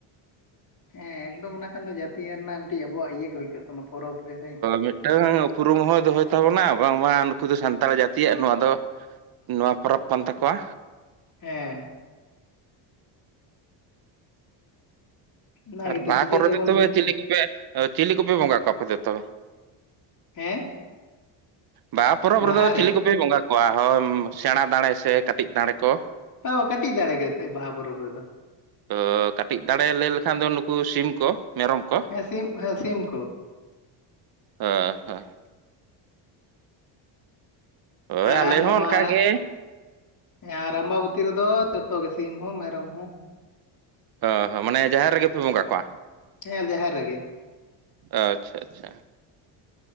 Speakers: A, on the left; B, on the right.
A: ᱦᱮᱸ ᱮᱠᱫᱚᱢ ᱚᱱᱟ ᱠᱷᱟᱱ ᱫᱚ ᱡᱟᱹᱛᱤᱭᱟ ᱨᱮᱱᱟᱜ ᱢᱤᱫᱴᱮᱡ ᱟᱵᱚᱣᱟᱜ ᱤᱭᱟᱹ ᱜᱮ ᱦᱩᱭ ᱠᱚᱜ ᱠᱳᱱᱚ ᱯᱚᱨᱚᱵᱽ ᱜᱮ ᱦᱳᱭ
B: ᱢᱤᱫᱴᱟᱝ ᱩᱯᱩᱨᱩᱢᱩ ᱦᱚᱸᱚᱭ ᱫᱚᱦᱚᱭ ᱛᱟᱵᱚᱱᱟ ᱵᱟᱝᱢᱟ ᱱᱩᱠᱩ ᱫᱚ ᱥᱟᱱᱛᱟᱲ ᱡᱟᱹᱛᱤᱭᱟᱜ ᱱᱚᱣᱟ ᱫᱚ ᱱᱚᱣᱟ ᱯᱚᱨᱚᱵᱽ ᱠᱟᱱ ᱛᱟᱠᱚᱣᱟ
A: ᱦᱮᱸ ᱚᱱᱟ
B: ᱟᱨ
A: ᱜᱮᱛᱚ
B: ᱵᱟᱦᱟ
A: ᱪᱤᱠᱟᱹ
B: ᱠᱚᱨᱮ
A: ᱛᱮᱵᱚᱱ
B: ᱫᱚ ᱛᱚᱵᱮ
A: ᱢᱤᱫᱴᱷᱮᱡ
B: ᱪᱤᱞᱤ ᱠᱚᱯᱮ ᱪᱤᱞᱤ ᱠᱚᱯᱮ ᱵᱚᱸᱜᱟ ᱠᱚᱣᱟ ᱟᱯᱮ ᱛᱚᱵᱮ
A: ᱦᱮᱸ
B: ᱵᱟᱦᱟ ᱯᱚᱨᱚᱵᱽ
A: ᱵᱟᱦᱟ
B: ᱨᱮᱫᱚ
A: ᱨᱮ
B: ᱪᱤᱞᱤ ᱠᱚᱯᱮ ᱵᱚᱸᱜᱟ ᱠᱚᱣᱟ ᱦᱳᱭ ᱥᱮᱬᱟ ᱫᱟᱲᱮ ᱥᱮ ᱠᱟᱹᱴᱤᱡ ᱫᱟᱸᱲᱮ ᱠᱚ ᱾
A: ᱵᱟᱵᱟ ᱠᱟᱹᱴᱤᱡ ᱫᱟᱲᱮ ᱜᱮ ᱵᱟᱦᱟ ᱯᱚᱨᱚᱵᱽ ᱨᱮᱫᱚ
B: ᱛᱚ ᱠᱟᱹᱴᱤᱡ ᱫᱟᱲᱮ ᱞᱟᱹᱭ ᱞᱮᱠᱷᱟᱱ ᱫᱚ ᱱᱩᱠᱩ ᱥᱤᱢ ᱠᱚ ᱢᱮᱨᱚᱢ ᱠᱚ
A: ᱦᱮᱸ ᱥᱤᱢ ᱦᱮᱸ ᱥᱤᱢ ᱠᱚ
B: ᱦᱮᱸ ᱦᱮᱸ ᱦᱳᱭ
A: ᱟᱨ
B: ᱟᱞᱮ ᱦᱚᱸ
A: ᱱᱚᱣᱟ
B: ᱚᱱᱠᱟᱜᱮ
A: ᱟᱨ ᱟᱢᱵᱟᱵᱛᱤ ᱨᱮᱫᱚ ᱡᱚᱛᱚ ᱜᱮ ᱥᱤᱢ ᱦᱚᱸ ᱢᱮᱨᱚᱢ ᱦᱚᱸ
B: ᱚ ᱦᱚᱸ ᱢᱟᱱᱮ ᱡᱟᱦᱮᱨ ᱨᱮᱜᱮᱯᱮ ᱵᱚᱸᱜᱟ ᱠᱚᱣᱟ
A: ᱦᱮᱸ ᱡᱟᱦᱮᱨ ᱨᱮᱜᱮ
B: ᱟᱪᱪᱷᱟ ᱟᱪᱪᱷᱟ